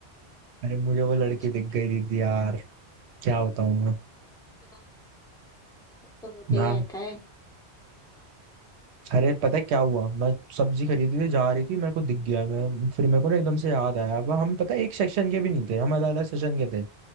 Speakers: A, on the right; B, in the centre.
A: अरे मुझे वो लड़की
B: ठीक
A: दिख गई
B: है
A: दीदी यार क्या बताऊं मैं
B: क्या ये सब तो होते
A: ना
B: ही रहता है
A: अरे पता है क्या हुआ मैं सब्जी खरीदी थी जा रही थी मेरे को दिख गया मैं फिर मेरे को ना एकदम से याद आया अब हम पता है एक सेक्शन के भी नहीं थे हम अलग अलग सेशन के थे